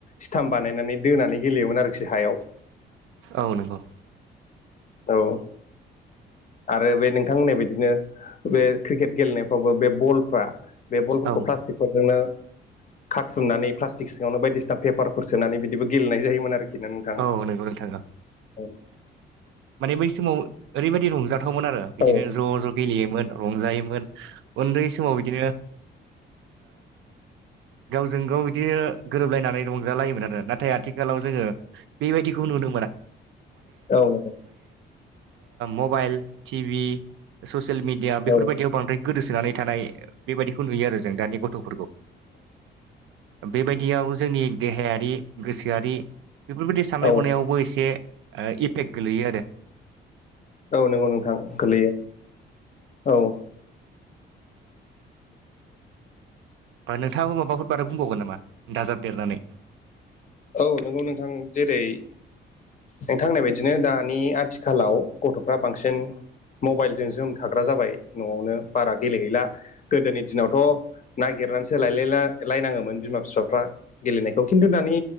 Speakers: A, on the left; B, on the right.
A: सिथाम बानायनानै दोनानै गेलेयोमोन आरोखि हायाव
B: औ नंगौ
A: औ आरो बे नोंथां होननाय बिदिनो बे क्रिकेट गेलेनायफ्रावबो बे बलफ्रा बे बलफोरखौ
B: औ
A: प्लास्टिक फोरजोंनो खारथुननानै प्लास्टिक सिङावनो बायदिसिना पेपारफोर सोनानै बिदिबो गेलेनाय जायोमोन आरोखि बिनानैखां
B: औ
A: <unintelligible>
B: नंगौ नोंथां औ
A: औ
B: माने बै समाव ओरैबायादि रंजाथावमोन आरो बिदिनो
A: औ
B: ज' ज' गेलेयोमोन रंजायोमोन उन्दै समाव बिदिनो गावजों गाव बिदि गोरोबलायनानै रंजालाय््् नाथाय आथिखालाव जोङो
A: औ नंगौ
B: मबाइल टिभि ससियेल मिडिया बेफोरबायदियाव
A: औ
B: बांद्राय गोदोसोनानै थानाय बेबायदिखौ नुयो आरो जों दानि गथ'फोरखौ बेबायदि <unintelligible> दियाव जोंनि देहायारि गोसोआरि बेफोरबायदि साननाय
A: औ
B: हनायावबो एसे <inaudible> पेक गोलैयो आरो
A: औ नंगौ नोंथां गोलैयो औ
B: नोंथाङाबो माबाफोर बाथा बुंबावगोन नामा दाजाब देरनानै
A: औ नोंगौ नोंथां जेरै नोंथां होनाय बायदिनो दानि आथिखालाव गथ'फ्रा बांसिन मबाइलजों जोम थाग्रा जाबाय न'आवनो बारा गेलेहैला गोदोनि दिनावथ' नागिरनानैसो लायलाय लायनाङोमोन बिमा बिफाफ्रा गेलेनायखौ खिन्थु दानि